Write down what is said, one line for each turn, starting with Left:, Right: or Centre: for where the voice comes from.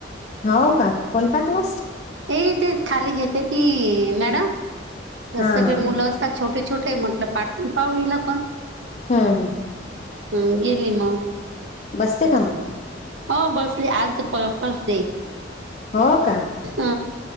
Left: हो का कोणता क्लास
Right: ए ते खाली घेते ती मॅडम
Left: हा
Right: सगळे
Left: हा
Right: मुलं अ छोटे छोटे म्हटलं पाठवून पाहू हिला पण
Left: हम्म हम्म
Right: हम् गेली मग
Left: बसते का मग
Right: हो बसली आज फ फर्स्ट डे
Left: हो का
Right: हा